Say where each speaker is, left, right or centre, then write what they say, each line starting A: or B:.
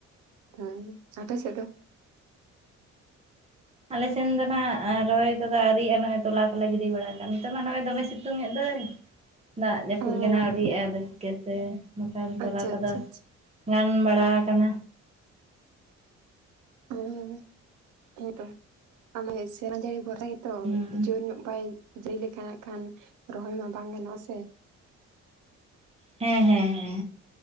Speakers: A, on the right; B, on the right.
A: ᱦᱮᱸ ᱟᱯᱮ ᱥᱮᱫ ᱫᱚ?
B: ᱟᱞᱮ ᱥᱮᱱ ᱫᱚ ᱱᱟᱦᱟᱜ ᱨᱚᱦᱚᱭ ᱠᱚ ᱫᱚ ᱟᱨᱣᱤᱜᱼᱟ ᱱᱚᱜᱼᱚᱭ ᱛᱚᱞᱟ ᱠᱚ ᱞᱮ ᱜᱤᱰᱤ ᱵᱟᱲᱟ ᱠᱟᱜᱼᱟ ᱱᱤᱛᱚᱜ ᱢᱟ ᱱᱚᱜᱼᱚᱭ ᱫᱚᱢᱮ ᱥᱤᱛᱩᱝ ᱮᱫ ᱫᱚᱭ᱾ ᱫᱟᱜ ᱡᱟᱹᱯᱩᱫ
A: ᱚᱸ
B: ᱜᱮ ᱱᱟᱜ ᱟᱹᱣᱨᱤᱜᱼᱟ ᱟᱫᱚ ᱪᱤᱠᱟᱹᱛᱮ ᱵᱟᱠᱷᱟᱱ ᱛᱚᱞᱟ
A: ᱟᱪᱪᱷᱟ
B: ᱠᱚ
A: ᱟᱪᱪᱷᱟ
B: ᱫᱚ
A: ᱟᱪᱪᱷᱟ
B: ᱜᱟᱱ ᱵᱟᱲᱟ ᱟᱠᱟᱱᱟ᱾
A: ᱳᱦ ᱦᱮᱸ ᱛᱚ ᱟ ᱢᱟᱱᱮ ᱥᱮᱨᱢᱟ ᱡᱟᱲᱤ ᱵᱷᱚᱨᱥᱟ ᱜᱮ ᱛᱚ,
B: ᱦᱮᱸ
A: ᱡᱳᱨ ᱧᱚᱜ ᱵᱟᱭ ᱡᱟᱹᱭ ᱞᱮᱠᱷᱟᱱ ᱦᱟᱸᱜ ᱠᱷᱟᱱ ᱨᱚᱦᱚᱭ ᱢᱟ ᱵᱟᱝ ᱜᱟᱱᱚᱜᱼᱟ ᱥᱮ᱾
B: ᱦᱮᱸ ᱦᱮᱸ ᱦᱮᱸ᱾